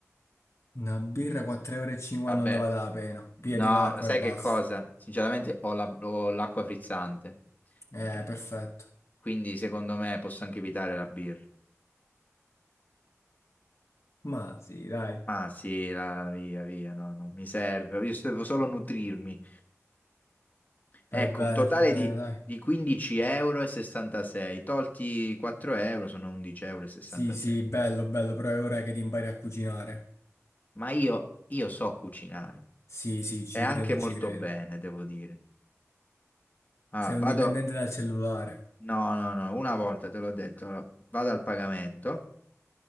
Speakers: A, on the left (about 65°); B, on the left (about 30°).
A: Una birra 4,50 euro e cinquanta
B: Vabbè,
A: non ne vale la pena. Pigliati
B: no, ma
A: l'acqua
B: sai
A: e basta.
B: che cosa? Sinceramente ho la- ho l'acqua frizzante.
A: Eh,
B: Eh,
A: perfetto.
B: quindi secondo me posso anche evitare la birra.
A: Ma sì, dai,
B: Ah sì, la, via, via, no, non mi serve. Io devo solo nutrirmi. Ecco,
A: fai bene,
B: un totale
A: fai bene,
B: di,
A: dai.
B: di 15 euro e 66, tolti 4 euro sono 11 euro e 66.
A: Sì, sì, bello, bello, però è ora che ti impari a cucinare.
B: Ma io, io so cucinare
A: Sì, sì, ci
B: e anche
A: credo,
B: molto
A: ci credo.
B: bene, devo dire. Ah,
A: Sei un
B: vado,
A: dipendente dal cellulare,
B: no, no, no, una volta te l'ho detto, allora, vado al pagamento,